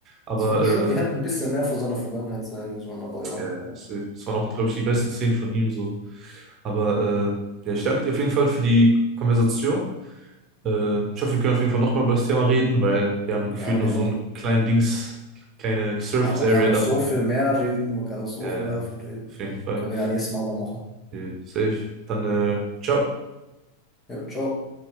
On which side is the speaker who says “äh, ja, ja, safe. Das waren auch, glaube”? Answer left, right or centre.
Right